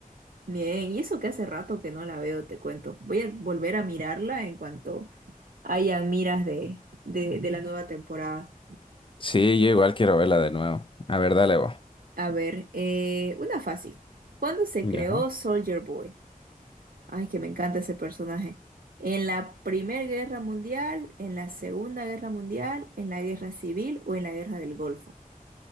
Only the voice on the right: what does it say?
Bien, y eso que hace rato que no la veo, te cuento. Voy a volver a mirarla en cuanto hayan miras de, de, de la nueva temporada.
A ver, eh, una fácil. ¿Cuándo se
creó Soldier Boy? Ay, que me encanta ese personaje. En la Primera Guerra Mundial, en la Segunda Guerra Mundial, en la Guerra Civil o en la Guerra del Golfo.